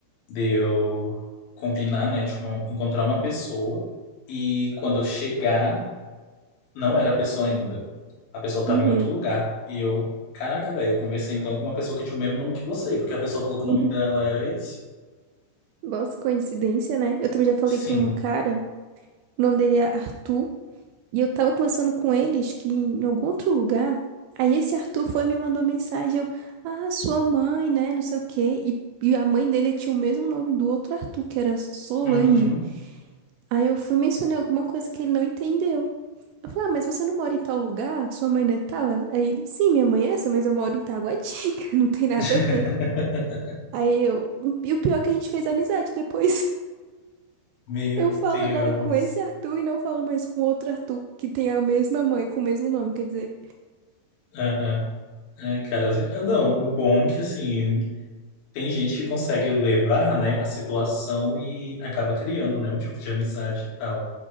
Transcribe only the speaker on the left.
de eu combinar, né, de con- encontrar uma pessoa e quando eu chegar, não era a pessoa ainda. A pessoa estava
em outro lugar e eu, caraca, velho, eu conversei então com uma pessoa que tinha o mesmo nome que você, porque a pessoa falou
que o nome dela era esse.
Sim.
Uhum.
<laughs>
Meu
Deus.
Aham. Ai, cara, assim, eu- não, o bom é que assim, Tem gente que consegue levar, né, a situação e acaba criando, né, um tipo de amizade e tal.